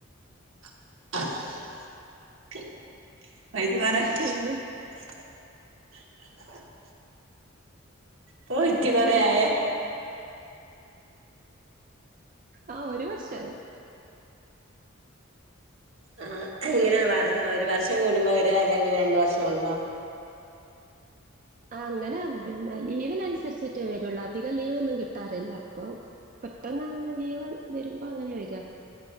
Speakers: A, on the right (about 75°); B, on the right (about 40°).
A: <unintelligible> <inaudible>
B: പിന്നെ
A: പോയിറ്റ്
B: വേറെന്താ
A: കൊറേ ആയോ
B: ആ ഒരു വർഷായി
A: ആ ഇങ്ങനെ വർ ഒരു വർഷം കൂടുമ്പോ വരോ അല്ലെങ്കില് രണ്ടു വർഷം കൂടുമ്പോ? <inaudible>
B: ആ അങ്ങനെ പിന്നെ ലീവിനനുസരിച്ചിട്ടേ വരുള്ളൂ. അധികം ലീവൊന്നും കിട്ടാറില്ല. അപ്പൊ പെട്ടെന്ന് അങ്ങനെ ലീവ് വരുമ്പോ അങ്ങനെ വരാ